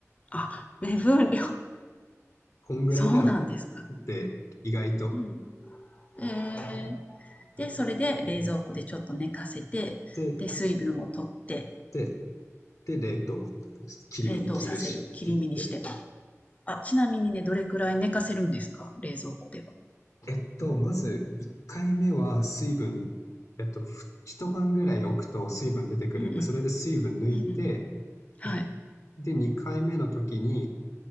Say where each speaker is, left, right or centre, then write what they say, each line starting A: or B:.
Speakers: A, on the left; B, on the left.
A: あ、目分量。
B: こんぐらいだろ
A: そうなんですか。
B: う。で、意外と。
A: うん。ええ。で、それで冷蔵庫でちょっと寝かせて、
B: で、
A: で、水分を取って、
B: で、で、冷凍です。切り身に切るし、
A: 冷凍させる。切り身にして。
B: 切って。
A: あ、ちなみにね、どれくらい寝かせるんですか？冷蔵庫では。
B: えっと、まず1回目は水分、えっと、ふ一晩ぐらい置くと水分出てくるんで、
A: うんうん。
B: それで水分抜いて、
A: うんうん。はい。
B: で、で2回目の時に